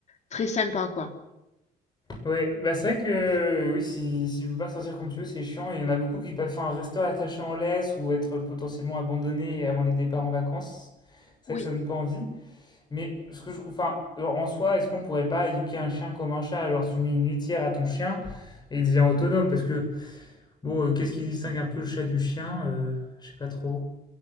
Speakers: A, on the left; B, on the left.
A: très sympa, quoi.
B: Ouais, bah c'est vrai que euh, oui, si, si tu peux pas sortir comme tu veux, c'est chiant. Il y en a beaucoup qui passent enfin, rester attaché en laisse ou être potentiellement abandonné avant les départs en vacances. C'est
A: Oui.
B: vrai que ça donne pas envie. Mais ce que je trouve, enfin, genre, en soi, est-ce qu'on pourrait pas éduquer un chien comme un chat? Genre, tu mets une litière à ton chien et il devient autonome parce que bon, euh, qu'est-ce qui distingue un peu le chat du chien? Euh, je sais pas trop.